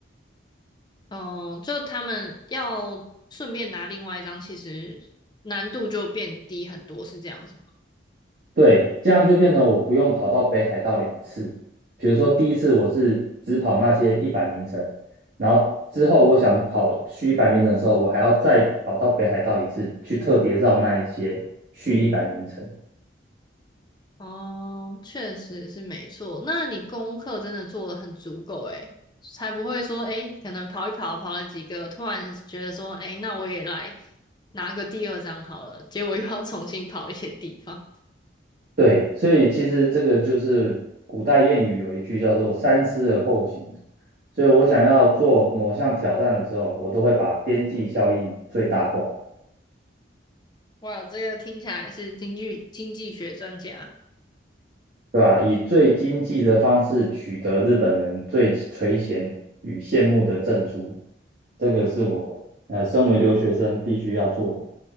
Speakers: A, on the left; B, on the right.
A: 嗯，就他们要顺便拿另外一张，其实难度就变低很多，是这样子吗。
B: 对，这样就变成我不用跑到北海道两次。比如说第一次我是只跑那些一百名城，然后之后我想跑续一百名城的时候，我还要再跑到北海道一次，去特别绕那一些续一百名城。
A: 哦，确实是没错。那你功课真的做的很足够诶，才不会说诶，可能跑一跑，跑了几个，突然觉得说诶，那我也来拿个第二张好了，结果又要重新跑一些地方。
B: 对，所以其实这个就是古代谚语有一句叫做“三思而后行”，所以我想要做某项挑战的时候，我都会把边际效益最大化，
A: 哇，这个听起来是经济经济学专家。
B: 对吧？以最经济的方式取得日本人最垂涎与羡慕的证书，这个是我呃身为留学生必须要做的